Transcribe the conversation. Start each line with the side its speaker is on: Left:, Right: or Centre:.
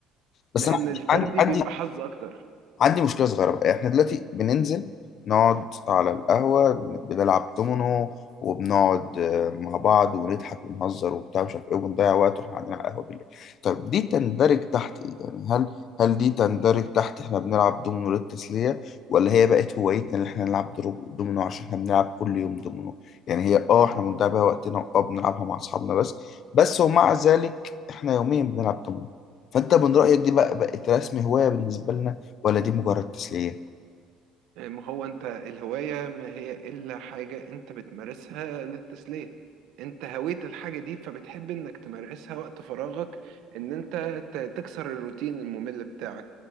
Left: بس
Right: لأن
Left: أنا عندي
Right: الفردي
Left: عندي عندي
Right: بيبقى حظ أكتر
Left: عندي مشكلة صغيرة بقى احنا دلوقتي بننزل نقعد على القهوة بنلعب دومينو وبنقعد آه، مع بعض ونضحك ونهزر وبتاع مش عارف ايه وبنضيع وقت واحنا قاعدين على القهوة بالليل طب دي تندرج تحت ايه يعني هل هل دي تندرج تحت احنا بنلعب دومينو للتسلية ولا هي بقت هوايتنا اللي احنا نلعب درو- دومينو عشان احنا بنلعب كل يوم دومينو يعني هي اه احنا بنضيع بيها وقتنا اه بنلعبها مع اصحابنا بس بس ومع ذلك احنا يوميا بنلعب دومينو فانت من رأيك دي بقى بقت رسم هواية بالنسبة لنا ولا دي مجرد تسلية
Right: يعني ما هو أنت الهواية ما هي إلا حاجة أنت بتمارسها للتسلية أنت هويت الحاجة دي فبتحب إنك تمارسها وقت فراغك إن أنت ت- تكسر الروتين الممل بتاعك